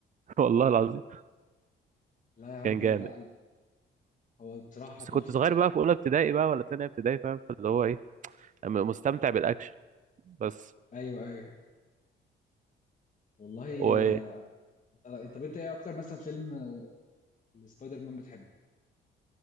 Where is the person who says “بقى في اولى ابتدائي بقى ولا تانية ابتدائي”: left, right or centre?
Right